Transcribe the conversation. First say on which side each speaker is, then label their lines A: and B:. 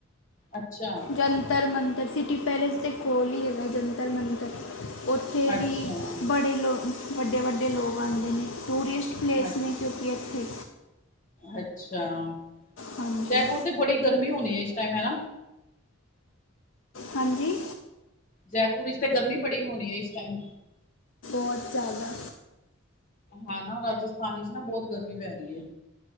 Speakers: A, on the left (about 40°); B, on the left (about 70°).
A: ਅੱਛਾ,
B: ਜੰਤਰ ਮੰਤਰ ਸਿਟੀ ਪੈਲੇਸ ਦੇ ਕੋਲ ਹੀ ਹੈਗਾ ਜੰਤਰ ਮੰਤਰ ਉੱਥੇ
A: ਅੱਛਾ,
B: ਵੀ ਬੜੇ ਲੋਕ ਵੱਡੇ-ਵੱਡੇ ਲੋਕ ਆਂਦੇ ਨੇ ਟੂਰਿਸਟ,
A: ਅੱਛਾ।
B: ਪਲੇਸ ਨੇ ਜੋ ਕੀ ਇੱਥੇ,
A: ਅੱਛਾ,
B: ਹਾਂਜੀ
A: ਜੈਪੁਰ ਤੇ ਬੜੀ ਗਰਮੀ ਹੋਣੀ ਹੈ ਇਸ ਟਾਈਮ ਹੈਨਾ,
B: ਹਾਂਜੀ,
A: ਜੈਪੁਰ ਵਿੱਚ ਤੇ ਗਰਮੀ ਬੜੀ ਹੋਣੀ ਹੈ ਇਸ ਟਾਈਮ,
B: ਬੋਤ ਜ਼ਿਆਦਾ,
A: ਹੈਨਾ ਰਾਜਸਥਾਨੀ ਚ ਨਾ ਬੋਤ ਗਰਮੀ ਪੈ ਰਹੀ ਏ।